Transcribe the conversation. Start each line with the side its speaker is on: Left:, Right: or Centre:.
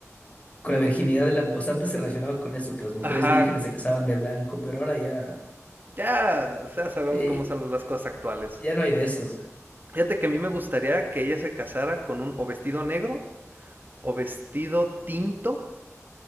Left: Con la virginidad de la. mu- O sea, antes se relacionaba con eso, que las mujeres
Right: ajá,
Left: vírgenes se casaban de blanco, pero ahora ya.
Right: ya, ya sabemos
Left: sí,
Right: cómo son las cosas actuales.
Left: Ya no hay de esos.
Right: Fíjate que a mí me gustaría que ella se casara con un o vestido negro o vestido tinto